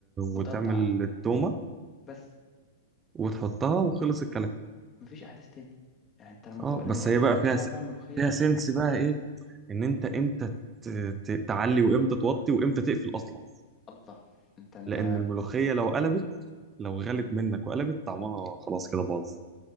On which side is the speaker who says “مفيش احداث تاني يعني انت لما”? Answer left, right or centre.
Left